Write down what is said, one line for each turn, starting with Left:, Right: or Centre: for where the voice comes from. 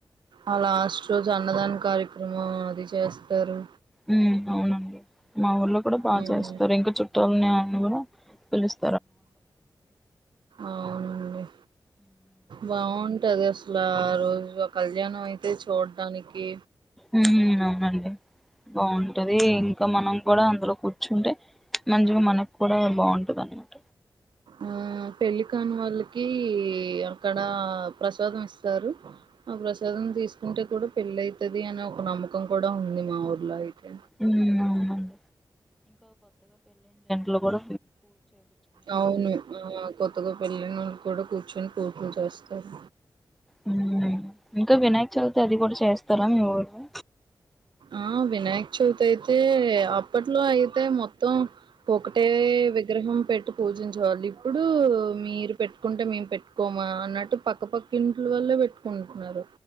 Right: ఆ లాస్ట్ రోజు అన్నదాన కార్యక్రమం ఉ అది చేస్తారు
Centre: ఉ అవునండి మా ఊళ్ళ కూడా బా
Right: మ్మ్
Centre: చేస్తారు ఇంకా చుట్టాలని నుగుడ పిలుస్త
Right: అవునడి బాగు టదశల అసలు ఆ రోజు కళ్యాణం అయితే చూడడాానికి
Centre: ఉమ్ అవునండి బాగుంటది ఇంకా మనం కూడా అందులో కూర్చుంటే మంచిగా మనకు కూడా బాగుంటది అనమాట
Right: ఉ పెళ్ళికనీ వాళ్ళకి కి అక్కడ ప్రసాదం ఇస్త స్తారు ఆ ప్రసాదం తీసుకుంటే కూడా పెళ్ళ అవుతుది అనే ఒక నమ్మకం కూడా ఉంది మా ఊర్లో అయితే
Centre: ఉమ్ అవునండి లు గూడ
Right: అవును కొత్తగా పెళ్ళ నళ్ళు కూడా కూర్చొని పూజ చేస్తారు
Centre: ఉ ఇంకా వినాయక చవితి అది కూడా చేస్తారా మీ ఊరిలో
Right: ఆ వినాయక్ చవితి అయితే ఇప్పట్లో అయితే మొత్తం ఒకటే విగ్రహం పెట్టు పూజించ వాళ్లు ఇప్పుడు మీరు పెట్టుకుంటే మేము పెట్టుకోమా న్నటు పక్క పక్క ఇట్ల వల్లే పెట్టుకుంటున్నారు